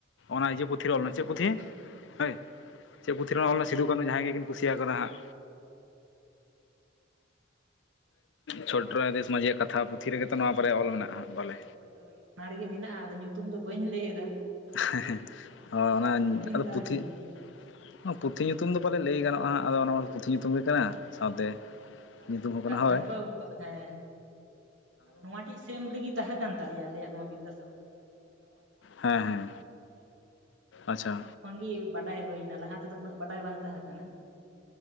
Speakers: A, on the left; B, on the right.
A: ᱚᱱᱟ ᱤᱡᱟᱹ ᱯᱩᱛᱷᱤ ᱨᱮ ᱚᱞ ᱢᱮ, ᱪᱮᱜ ᱯᱩᱛᱷᱤ? ᱦᱟᱹᱭ! ᱪᱮᱫ ᱯᱩᱛᱷᱤ ᱨᱮ ᱱᱚᱣᱟ ᱚᱞ ᱞᱮᱱᱟ, ᱥᱤᱫᱷᱩᱼᱠᱟᱹᱱᱦᱩ ᱡᱟᱦᱟᱸᱭ ᱜᱮ ᱠᱤᱱ ᱠᱩᱥᱤᱭᱟᱠᱚ ᱱᱷᱟᱸᱜ? ᱪᱷᱳᱴᱨᱟᱭ ᱫᱮᱥ ᱢᱟᱺᱡᱷᱤ ᱭᱟᱜ ᱠᱟᱛᱷᱟ ᱯᱩᱛᱷᱤ ᱨᱮᱜᱮ ᱛᱚ ᱱᱚᱣᱟ ᱵᱟᱨᱭᱟ ᱚᱞ ᱢᱮᱱᱟᱜ-ᱟ ᱵᱟᱞᱮ?
B: ᱦᱳᱭ ᱦᱳᱭ ᱚᱱᱟ ᱨᱮᱜᱮ ᱢᱮᱱᱟᱜ-ᱟ, ᱟᱫᱚ ᱧᱩᱛᱩᱢ ᱫᱚ ᱵᱟᱹᱧ ᱞᱟᱹᱭ ᱮᱫᱟ᱾
A: ᱦᱮᱸ ᱦᱮᱸ,
B: ᱟᱫᱚ
A: ᱦᱚ ᱚᱱᱟᱧ ᱟᱫᱚ
B: ᱛᱟᱣ
A: ᱯᱩᱛᱷᱤᱜ
B: ᱴᱷᱤᱠ ᱜᱮᱭᱟ
A: ᱦᱚᱸ ᱯᱩᱛᱷᱤ
B: ᱦᱮᱸ
A: ᱧᱩᱛᱩᱢ ᱫᱚ ᱯᱟᱞᱮᱫ ᱞᱟᱹᱭ ᱜᱟᱱᱚᱜ-ᱟ ᱦᱟᱸᱜ ᱟᱫᱚ ᱚᱱᱟᱢᱟᱨ ᱯᱩᱛᱷᱤ ᱧᱩᱛᱩᱢ ᱜᱮ ᱠᱟᱱᱟ? ᱥᱟᱶᱛᱮ
B: ᱦᱳᱭ ᱟᱫᱚ
A: ᱧᱩᱛᱩᱢ
B: ᱚᱞ ᱟᱠᱟᱫ
A: ᱦᱚᱸ ᱠᱟᱱᱟ ᱦᱳᱭ
B: ᱠᱷᱟᱱ ᱠᱚ ᱮᱠ ᱵᱟ, ᱦᱮᱸ ᱟᱫᱚ ᱱᱚᱣᱟ ᱴᱤᱥ ᱥᱮᱢ ᱨᱮᱜᱤ ᱛᱟᱦᱮᱸ ᱠᱟᱱ ᱛᱟᱞᱮᱭᱟ ᱟᱞᱮᱭᱟᱜ ᱱᱚᱣᱟ ᱵᱤᱫᱟᱥᱟᱜᱚᱨ <unintelligible> ᱯᱳᱨ ᱛᱷᱮᱢ
A: ᱦᱮᱸ
B: ᱨᱮᱜᱤ
A: ᱦᱮᱸ
B: ᱛᱟᱦᱮᱸ ᱠᱟᱱ ᱛᱟᱞᱮᱭᱟ ᱚᱱᱟᱜᱮ,
A: ᱟᱪᱪᱷᱟ
B: ᱟᱫᱚ ᱛᱚᱠᱷ- ᱠᱷᱚᱱ ᱜᱤ ᱵᱟᱰᱟᱭ ᱦᱩᱭ ᱮᱱᱟ, ᱞᱟᱦᱟ ᱛᱮᱫᱚ ᱩᱱᱟᱹᱜ ᱵᱟᱰᱟᱭ ᱵᱟᱝ ᱛᱟᱦᱮᱸ ᱠᱟᱱᱟ᱾